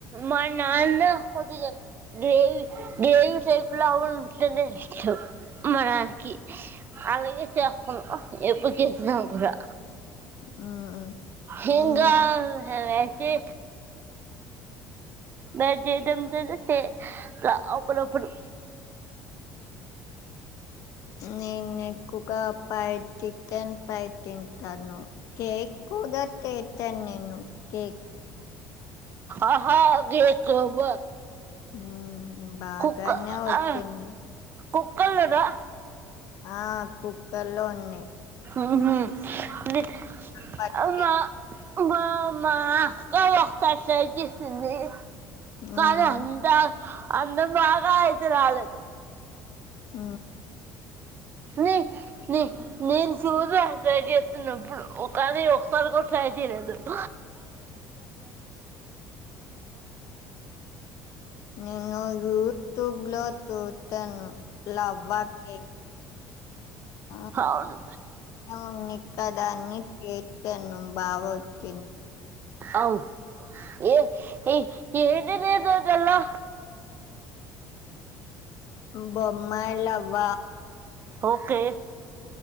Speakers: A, on the right; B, on the left.
A: మా నాన్న కొద్దిగా గ్రేవి గ్రేవి టైపులాగునా ఉంటనే ఇష్టం మా నాన్న కి అలాగే చేస్తాను ఎప్పుడు చేసినా కూడా
B: హ్మ్.
A: హింగా
B: నేను
A: న్వేంటి బయట ఏది దొమ్తదో ఫె ట్ల అప్పుడుప్పుడు
B: నేను ఎక్కువగా పైట్ చికెన్ పై తింటాను కేక్ ఎక్కువగా చెత్త నేను కేక్
A: ఆహా గే స్లో బ
B: హ్మ్. బాగానే
A: కుక్క
B: వచ్చింది.
A: ఆ కుక్కళ్ళు రా
B: ఆ కుక్కల్లో ఉన్నాయి
A: ఉహు నే
B: గణపతి
A: అవునా మా మా అక్క ఒకసారి ఫ్రై చేసింది
B: హ్మ్.
A: కాని అంత అందం బాగా అయితే రాలేదు
B: హు
A: నీ నీ నేను సుదు సై చెప్తున్నప్పుడు కాని ఒక్కరు కూడా ట్రై చేయలేదు <inaudible>
B: నేను యూట్యూబ్ లో చూతాను లావవా కేక్ హు
A: అవును
B: ఉందిక్క అని కేక్ ఐ నో మా బావ వచ్చిండు
A: అవు ఏ ఏ ఏది లేదు జాలో
B: బొంబాయి లావ్వ
A: ఓకే